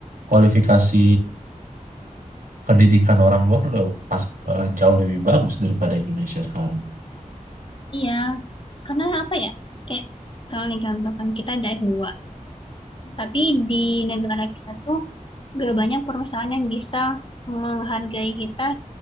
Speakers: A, on the right; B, on the left.
A: kualifikasi pendidikan orang luar udah pas eh, jauh lebih bagus daripada Indonesia sekarang
B: Iya. Karena apa ya? Kayak misalnya contoh kan kita ada S2. Tapi di negara kita tuh gak banyak perusahaan yang bisa menghargai kita